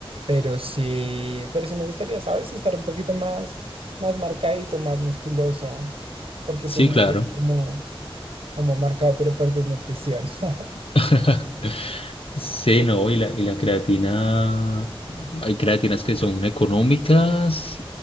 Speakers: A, on the right; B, on the left.
A: pero sí, pero sí me gustaría, ¿sabes? Estar un poquito más, más marcadito, más musculoso, porque
B: Sí,
A: pues me
B: claro.
A: veo como, como marcado, pero por desnutrición. <laughs>
B: <laughs> Sí, no, y la, y la creatina, hay creatinas que son económicas,